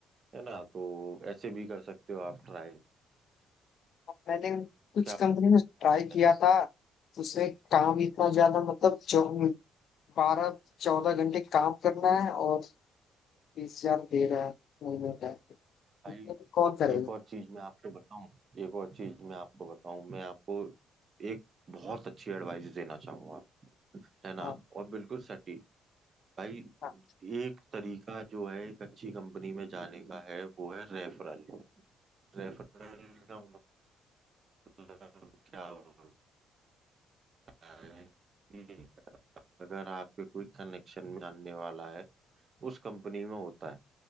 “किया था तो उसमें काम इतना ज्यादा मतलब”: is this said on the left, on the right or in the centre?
Left